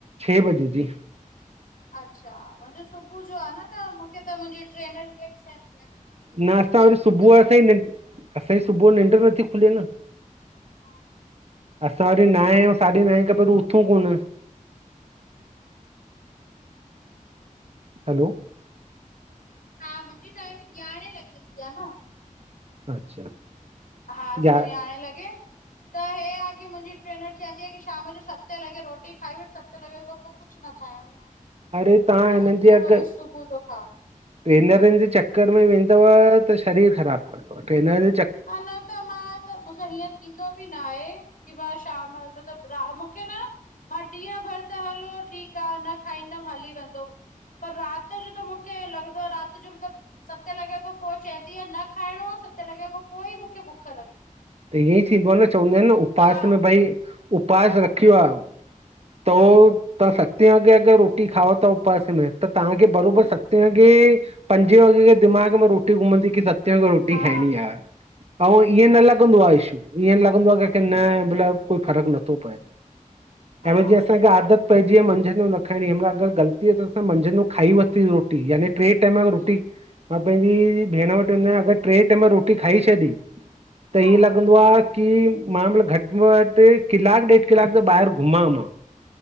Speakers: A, on the right; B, on the left.
A: छह बजे जी
B: अच्छा मुंहिंजो सुबुह जो आहे न त मूंखे त मुंहिंजी ट्रेनर ईअं ई चवंदी आहे की भई सुबुह
A: न
B: जो तूं
A: असां
B: नाश्तो
A: वरी सुबुह
B: करे
A: असांजी
B: वठ
A: नि असांजी सुबुह जो निंड नथी खुले न
B: हा
A: असां वरी नाय साढी नाए खां पहिरीं उथूं कोन
B: त
A: हलो,
B: हा, मुंहिंजी टाइमिंग यारहें लॻे जी आहे न
A: अच्छा
B: हा
A: या
B: सुबुह यारह लॻे त हे आहे की मुंहिंजी ट्रेनर चवंदी आहे की शाम जो सते लॻे रोटी खाई वठ सते लॻे खां पोइ कुछ न खाइणो आ।
A: अरे तव्हां
B: पो
A: हिननि
B: सिधो
A: जे अॻ
B: वरी
A: ट्रेनरनि
B: सुबुह जो खा
A: जे चक्कर में <unintelligible> शरीर ख़राब <unintelligible> टेनर
B: अञा त मां त मूंसां हीअं थींदो बि न आहे की मां शाम <unintelligible> मूंखे न मां ॾींह भर त हलो ठीकु आ न खाईंदम हली वेंदो पर रात जो त मूंखे लॻदो आहे राति जो मतिलबु सते लॻे खां पोइ चवंदी आहे न खाइणो आ सत लॻे खां पोइ मूंखे बुख लॻंदी
A: त ईअं ई थींदो आ न चवंदा आहिनि न उपवास
B: हा
A: में भई उपवास रखियो आ। त तव्हां सते वॻे अगर रोटी खाओ था उपवास में त तव्हांखे बरोबर
B: हूं
A: सते वॻे पंजे वॻे दिमाग में रोटी घुमंदी की सत रोटी
B: हा
A: खाइणी यार ऐं ईअं न लॻंदो आहे <unintelligible> ईअं लॻंदो आहे की न भला कोई फ़र्क नथो पए
B: हा
A: ऐं वरी जीअं असांखे आदत पर जींय मंझंन जो न खाइणी आ, हिनमल अगरि ग़लतीअ सां असांं मंझन जो खाई वरिती रोटी यानी ट्रे टाइम
B: हूं
A: रोटी मां पंहिंजी भेण वटि वेंदो आहियां अगरि ट्रे टैम रोटी रोटी खाई छॾी त
B: हा
A: ही लॻंदो आ कि मां मतलब घटि में घटि किलाकु ॾेढ किलाकु त ॿाहिरि घुमां मां।